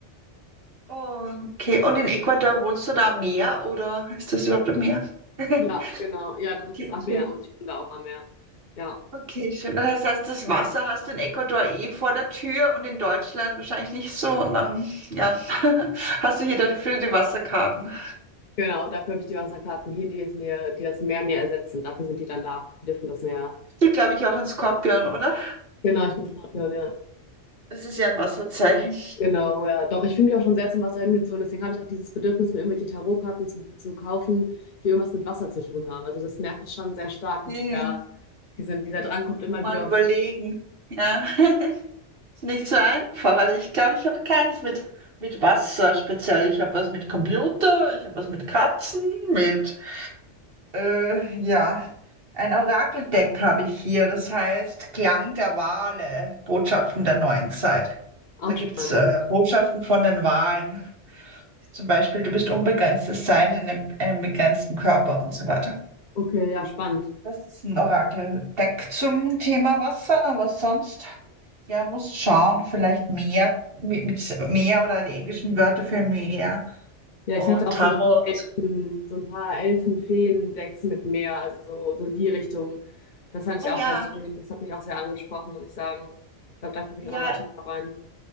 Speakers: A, on the right; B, on the left.
A: Okay, und in Ecuador wohnst du da am Meer oder ist das überhaupt am Meer? <laughs>
B: Ja, genau. Ja, doch, das
A: Okay,
B: ist am Meer
A: schön.
B: und ich bin da auch am Meer. Ja,
A: Okay, schön. Das heißt, das Wasser hast du in Ecuador eh vor der Tür und in Deutschland wahrscheinlich nicht so. Und dann, ja, <laughs> hast du hier dafür die Wasserkarten.
B: genau. Dafür habe ich die Wasserkarten hier, die es mir, die das Meer mir ersetzen. Dafür sind die dann da. Die dürfen das Meer.
A: Du, glaube ich, auch in Skorpion, oder?
B: Genau, ich bin Skorpion, ja.
A: Das ist ja ein Wasserzeichen.
B: Genau, ja. Doch, ich fühle mich auch schon sehr zum Wasser hingezogen. Deswegen habe ich auch dieses Bedürfnis, mir irgendwelche Tarotkarten zu, zu kaufen, die irgendwas mit Wasser zu tun haben. Also das merke ich schon sehr stark, dass
A: Okay,
B: ich da, diese, dieser Drang kommt immer
A: mal
B: wieder
A: überlegen.
B: hoch.
A: Ja, <laughs> ist nicht so einfach. Also ich glaube, ich habe keins mit, mit Wasser speziell. Ich habe was mit Computer, ich habe was mit Katzen, mit, äh, ja, ein Orakeldeck habe ich hier. Das heißt Klang der Wale, Botschaften der neuen Zeit.
B: Auch
A: Da gibt's
B: spannend.
A: äh,
B: ja.
A: Botschaften von den Walen. Zum Beispiel, du bist unbegrenztes Sein in einem, einem begrenzten Körper und so weiter.
B: Okay, ja, spannend.
A: Das ist ein Orakeldeck zum Thema Wasser, aber sonst, ja, muss schauen, vielleicht Meer, mit, mit Meer oder die englischen Wörter für Meer
B: Ja,
A: und
B: ich hatte auch
A: Tarot.
B: so, Elfen, so ein paar Elfen-Feen-Decks mit Meer, also so, so in die Richtung. Das fand ich
A: Ah ja,
B: auch ganz schön. Das hat mich auch sehr angesprochen, muss ich sagen. Ich glaube, da gucke ich
A: ja,
B: auch nochmal tiefer rein.